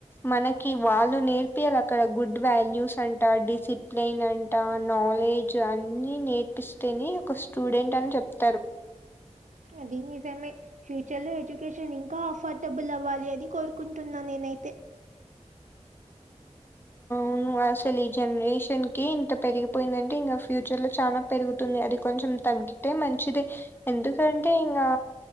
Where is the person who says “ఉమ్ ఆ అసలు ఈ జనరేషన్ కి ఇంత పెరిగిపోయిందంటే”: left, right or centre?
Left